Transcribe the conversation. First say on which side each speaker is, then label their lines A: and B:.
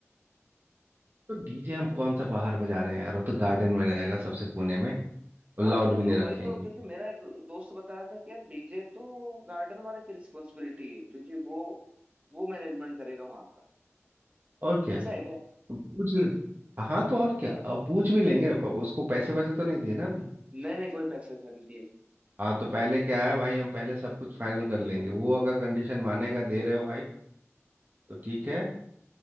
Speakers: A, on the right; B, on the right.
A: तो डीजे हम कौन सा बाहर बजा रहे हैं यार वो तो गार्डन में रहेगा सबसे कोने में और
B: हाँ
A: लाउड
B: तो
A: भी
B: मैं
A: नहीं रखेंगे
B: वही तो क्योंकि मेरा एक दोस्त बता रहा था कि यार डीजे तो गार्डन वाले की रिस्पॉन्सिबिलिटी है क्योंकि वो वो मैनेजमेंट करेगा वहां का
A: और क्या
B: ऐसा है क्या
A: तो पूछ ले हाँ तो और क्या अब पूछ भी लेंगे अब उसको पैसे वैसे तो नहीं दिए ना अभी
B: नहीं नहीं कोई पैसे वैसे नहीं दिए
A: हाँ तो पहले क्या है भाई हम पहले सब कुछ फाइनल कर लेंगे वो अगर कंडीशन मानेगा दे रहे हो भाई तो ठीक है